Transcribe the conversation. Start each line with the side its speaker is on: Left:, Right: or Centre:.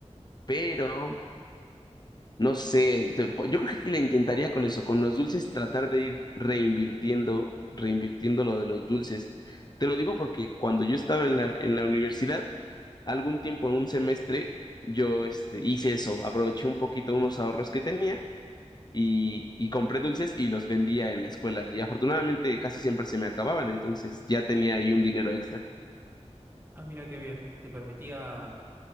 Left: Pero... No sé, te- po- yo creo que sí le intentaría con eso, con los dulces, tratar de ir reinvirtiendo, reinvirtiendo lo de los dulces. Te lo digo porque cuando yo estaba en la, en la universidad, algún tiempo en un semestre, yo este, hice eso, aproveché un poquito unos ahorros que tenía y, y compré dulces y los vendía en la escuela. Y afortunadamente casi siempre se me acababan, entonces ya tenía ahí un dinero extra.
Right: Ah, mira qué bien. Te permitía